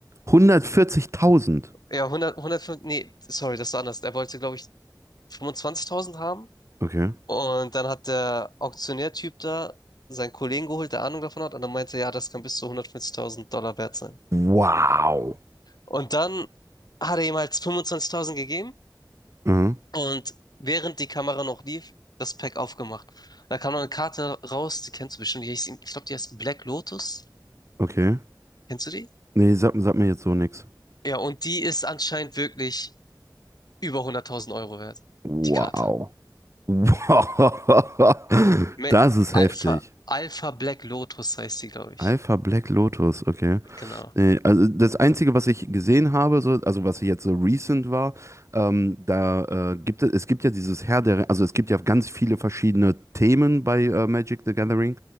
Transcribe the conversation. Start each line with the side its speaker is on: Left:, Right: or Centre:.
Right: hundertvierzigtausend
Left: Ja, hundert, hundertfünf, nee, sorry, das ist anders. Er wollte, glaube ich, 25.000 haben
Right: Okay.
Left: Und dann hat der Auktionärtyp da seinen Kollegen geholt, der Ahnung davon hat, und dann meinte, er, ja, das kann bis zu 150.000 Dollar wert sein.
Right: Wow.
Left: Und dann hat er ihm halt 25.000 gegeben
Right: Mhm.
Left: und während die Kamera noch lief, das Pack aufgemacht. Da kam noch eine Karte raus, die kennst du bestimmt, die hieß, ich glaube, die heißt Black Lotus.
Right: Okay.
Left: Kennst du die?
Right: Nee, sag, sag mir jetzt so nichts.
Left: Ja, und die ist anscheinend wirklich über 100.000 Euro wert,
Right: Wow.
Left: die Karte.
Right: <laughs> Wow,
Left: Me-
Right: das ist
Left: Alpha,
Right: heftig.
Left: Alpha Black Lotus heißt die, glaube ich.
Right: Alpha Black Lotus, okay.
Left: Genau.
Right: Nee, also das Einzige, was ich gesehen habe, so, also was jetzt so recent war, ähm, da äh, gibt es, es gibt ja dieses Herr der, also es gibt ja ganz viele verschiedene Themen bei äh, Magic the Gathering.